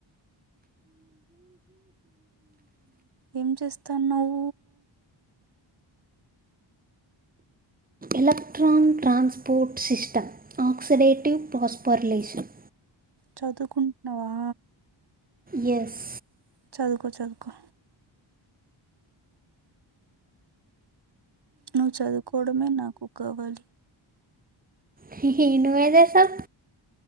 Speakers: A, on the right; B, on the right.
A: ఎం చేస్తన్నావు
B: electron transport system oxidative phosphorylation
A: చదువుకుంటున్నావా
B: యస్
A: చదువుకో చదువుకో నువ్వు చదువుకోవడమే నాకు కావాలి
B: హీ హీ నువ్వు ఎం చేస్తావ్